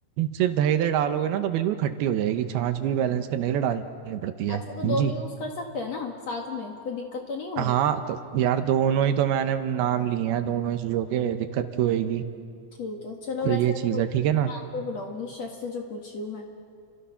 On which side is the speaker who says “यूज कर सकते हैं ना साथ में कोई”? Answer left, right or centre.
Left